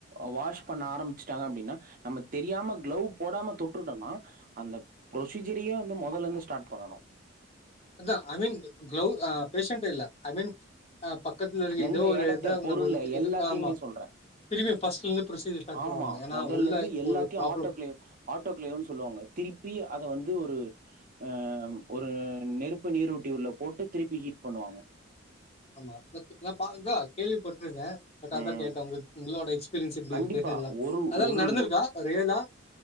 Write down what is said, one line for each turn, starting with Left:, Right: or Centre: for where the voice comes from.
Right: அ வாஷ் பண்ண ஆரம் ச்ட்டாங்க அப்டின்னா நம்ம தெரியாம கிளவ் போடாம தொட்ருட்டனா அந்த புரொசீஜரயே என்ன மொதல்லருந்து ஸ்டார்ட் பண்ணனு
Left: அதா ஐ மீன் கிளவ் ஆ பேஷண்ட் இல்ல ஐ மீன் ஆ பக்கத்துல இருக்க
Right: எந்த
Left: ஏதோ ஒரு
Right: எடத்த
Left: இத
Right: பொருள
Left: நம்ம
Right: எல்லாத்தைமே
Left: ஆமா
Right: சொல்றே
Left: திரும்பி ஃபர்ஸ்ட்ல இருந்து ப்ரொசீஜர் ஸ்டார்ட்
Right: ஆமா
Left: பண்ணுவாங்க ஏன்னா
Right: மொதல்லருந்து
Left: உள்ள
Right: எல்லாத்தையு
Left: ஒரு ப்ராப்ளம்
Right: ஆட்டோ கிளேவ் ஆட்டோ கிளேவுன் சொல்லுவாங்க திருப்பி அத வந்து ஒரு அ ஒரு நெருப்பு நீரோட்டி உள்ள போட்டு திருப்பி ஹீட் பண்ணுவாங்க
Left: ஆமா நா பாக்தா கேள்விப்பட்ருக்கே பட் அதா
Right: ம்.
Left: கேட்டே உங்கள் உங்களோட எக்ஸ்பீரியன்ஸ் எப்டி
Right: கண்டிப்பா.
Left: இருக்குனு எல்லா
Right: ஒரு
Left: அதா
Right: ஒரு
Left: நடந்திருக்கா அ ரியலா